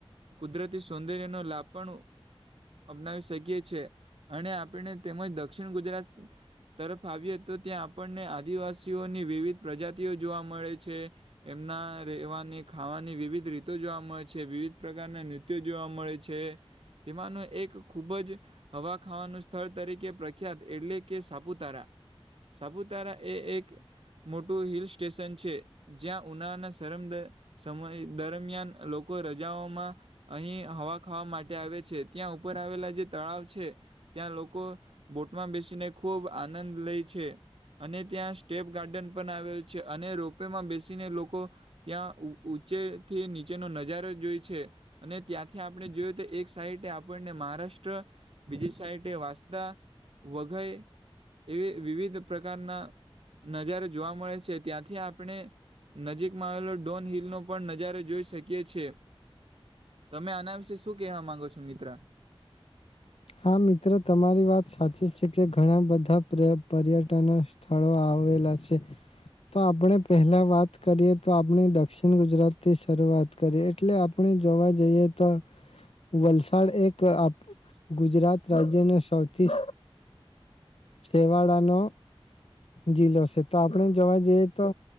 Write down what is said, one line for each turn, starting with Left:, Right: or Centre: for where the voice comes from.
Right: કુદરતી સૌંદર્ય નો લાભ પણ અપનાવી શકીએ છીએ અને આપને તેમજ દક્ષિણ ગુજરાત. તરફ આવીએ તો ત્યાં આપણને આદિવાસીઓની વિવિધ પ્રજાતિઓ જોવા મળે છે. એમના રહેેવાની ખાવાની ની વિવિધ રીતો જોવા મળે છે, વિવિધ પ્રકારના નૃત્યો જોવા મળે છે. તેમાંનું એક ખૂબજ હવા ખાવાનું સ્થળ તરીકે પ્રખ્યાત એટલે કે સાપુતારા સાપુતારા એ એક મોટું હિલ સ્ટેશન છે, જ્યાં ઉનાળાના શમ સમય દરમિયાન લોકો રજાઓમા અહીં હવા ખાવા માટે આવે છે, ત્યાં ઉપર આવેલા જે તળાવ છે. ત્યાં લોકો બોટમાં બેસીને ખૂબ આનંદ લે છે. અને ત્યાં સ્ટેપ ગાર્ડન પણ આવેલ છે, અને રોપેમાં બેસીને લોકો ત્યા ઊંચે થી નીચેનો નજારો જોઈ છે. અને ત્યાંથી આપણે જોયુ, તો એક સાઈડ આપણને મહારાષ્ટ્ર બીજી સાઈડ વાંસદા, વઘઈ એવી વિવિધ પ્રકારના નજારો જોવા મળે છે ત્યાંથી આપણે નજીકમાં આવેલો ડોન હિલનો પણ નજારો જોઈ શકીએ છે, તમે આના વિશે શું કહેવા માંગો છો મિત્ર
Left: હા, મિત્રો તમારી વાત સાચી છે કે ઘણા બધા પર્યટન સ્થળો આવેલા છે તો આપણે પહેલા વાત કરીએ તો આપણી દક્ષિણ ગુજરાત થી શરૂઆત કરી એટલે આપણે જોવા જઈએ તો
Right: <inaudible>
Left: વલસાડ એક આપડુ ગુજરાત રાજ્યને સૌથી છેવાડાનો જીલો છે તો આપણે જોવા જઈએ તો